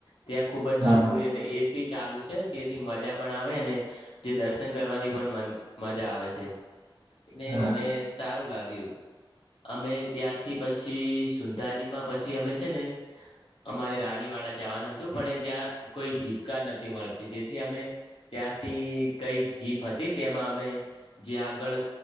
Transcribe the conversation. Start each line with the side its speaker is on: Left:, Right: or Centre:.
Left: ત્યાં ખુબ જ
Right: હા
Left: ઠંડુ
Right: હા હા હા હા
Left: એટલે એસી ચાલુ છે તેથી મજા પણ આવેને તે દર્શ ન કરવાની પણ મન મજા આવે છે એટલે
Right: હા
Left: મને
Right: હા
Left: સારું લાગ્યું. અમે ત્યાંથી પછી સુંંઢાજી માં પછી અમે છે ને અમારે રાનીવાડા જાવાન હતું પણ એ ત્યાં કોઈ જીપકાર નથી મળતી તેથી અમે ત્યાંથી કંઈક જીપ હતી તેમાં અમે જ્યાં આગળ